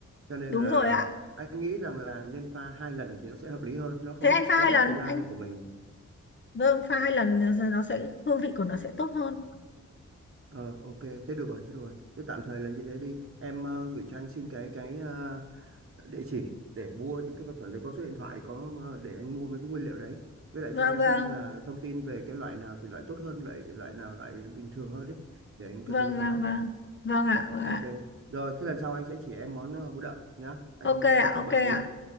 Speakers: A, on the right (about 45°); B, on the left (about 40°).
A: Cho nên
B: đúng
A: là
B: rồi ạ
A: anh nghĩ rằng là nên pha hai lần thì nó sẽ hợp lý hơn, nó không
B: thế anh
A: mất
B: pha
A: quá
B: hai lần
A: mất thời gian
B: anh
A: của mình
B: vâng pha hai lần nó nó sẽ hương vị của nó sẽ tốt hơn
A: Ờ, ok, thế được rồi, thế được rồi. Thế tạm thời là như thế đi. Em ờ, gửi cho anh xin cái cái ờ, địa chỉ để mua những cái vật phẩm đấy có số điện thoại có ờ, để anh mua mấy cái nguyên liệu đấy. Với lại
B: vâng
A: cho anh
B: vâng
A: xin là thông tin về cái loại nào thì loại tốt hơn, loại loại nào loại bình thường hơn đấy để anh cân
B: vâng
A: đối giá.
B: vâng vâng vâng ạ vâng
A: Ok.
B: ạ
A: Rồi, thế lần sau anh sẽ chỉ em món ờ, bún đậu nhá. Anh
B: ok
A: ờ,
B: ạ
A: đang
B: ok
A: bận tí.
B: ạ